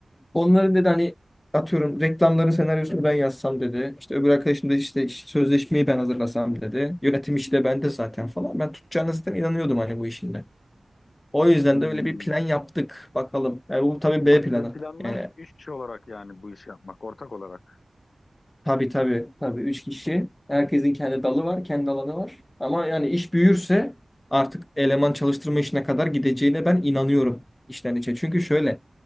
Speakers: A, on the left (about 30°); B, on the left (about 85°).
A: Onların dedi hani atıyorum reklamların senaryosunu ben yazsam dedi. İşte öbür arkadaşım da işte sözleşmeyi ben hazırlasam dedi. Yönetim işi de bende zaten falan. Ben tutacağına zaten inanıyordum hani bu işinde. O yüzden
B: Hmm.
A: de öyle bir plan yaptık. Bakalım. Yani bu tabii B
B: Ha, sizin
A: planı.
B: planınız
A: Yani
B: üç kişi olarak yani bu işi yapmak, ortak olarak.
A: tabii tabii tabii üç kişi. Herkesin kendi dalı var, kendi alanı var. Ama yani iş büyürse artık eleman çalıştırma işine kadar gideceğine ben inanıyorum işten içe. Çünkü şöyle